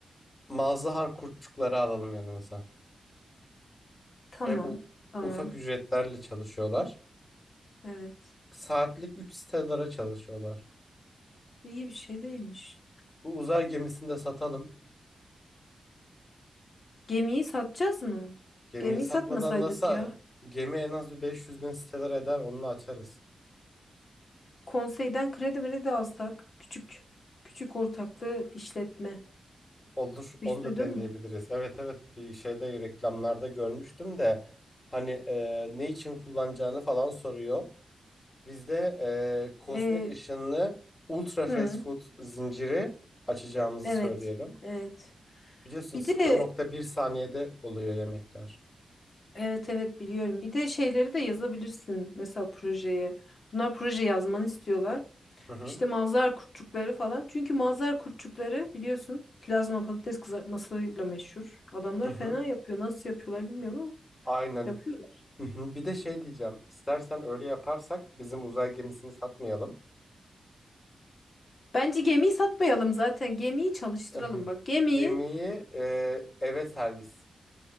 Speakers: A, on the left; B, on the left.
A: mazhar kurtçukları alalım yanımıza.
B: <laughs> Tamam.
A: Hep u-
B: Tamam.
A: ufak ücretlerle çalışıyorlar.
B: Evet.
A: Saatlik 3 stelara çalışıyorlar.
B: İyi bir şey değilmiş.
A: Bu uzay gemisini de satalım.
B: Gemiyi satacağız mı?
A: Gemiyi
B: Gemiyi
A: satmadan
B: satmasaydık
A: nasıl
B: ya.
A: gemi en az bir beş yüz bin stelar eder onu açarız.
B: Konseyden kredi mredi alsak. Küçük. Küçük ortaklı işletme.
A: Olur, onu
B: Hiç duydun
A: da deneyebiliriz.
B: mu?
A: Evet evet bir şeyde reklamlarda görmüştüm de hani e, ne için kullanacağını falan soruyor. Bizde e, kozmik
B: Ee,
A: ışınlı ultra fast
B: hı,
A: food zinciri açacağımızı
B: evet.
A: söyleyelim.
B: Evet.
A: Biliyorsun
B: Bir
A: sıfır
B: de
A: nokta bir saniyede oluyor yemekler.
B: Evet evet biliyorum. Bir de şeyleri de yazabilirsin mesela projeye. Bunlar proje yazmanı istiyorlar.
A: Hı hı
B: İşte mazhar kurtçukları falan. Çünkü mazhar kurtçukları biliyorsun plazma patates kızartmasıyla meşhur. Adamlar
A: hı hı.
B: fena yapıyor. Nasıl yapıyorlar bilmiyorum ama
A: Aynen.
B: yapıyorlar.
A: Hı hı. Bir de şey diyeceğim. İstersen öyle yaparsak bizim uzay gemisini satmayalım.
B: Bence gemiyi satmayalım zaten. Gemiyi çalıştıralım.
A: <laughs>
B: Bak gemiyi
A: Gemiyi e, eve servis.